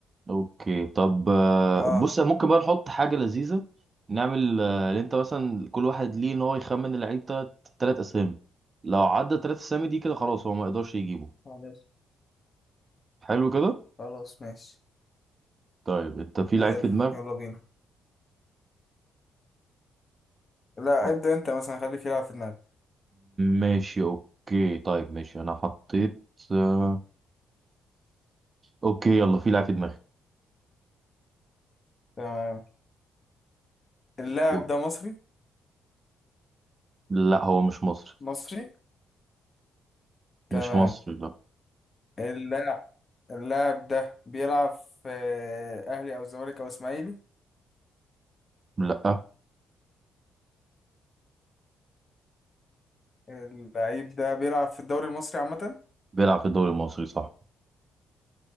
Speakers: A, on the right; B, on the left.
A: اوكي طب آه،
B: اه
A: بص ممكن بقى نحط حاجه لذيذه نعمل آه، اللي انت مثلا كل واحد ليه ان هو يخمن اللعيب تلات تلات اسامي لو عدى تلات اسامي دي كده خلاص هو ما يقدرش يجيبه
B: خلاص
A: حلو كده
B: خلاص ماشي
A: طيب انت في لعيب
B: حلو
A: في دماغك
B: يلا بينا لا
A: حط...
B: ابدأ انت مثلا خلي في لاعب في دماغك
A: ماشي اوكي طيب ماشي انا حطيت آه، اوكي يلا في لعيب في دماغي
B: تمام اللاعب
A: قول.
B: ده مصري
A: لا هو مش مصري
B: مصري تمام
A: مش مصري لا
B: اللاعب اللاعب ده بيلعب في أهلي أو الزمالك أو إسماعيلي
A: لا
B: اللعيب ده بيلعب في الدوري المصري عامة
A: بيلعب في الدوري المصري صح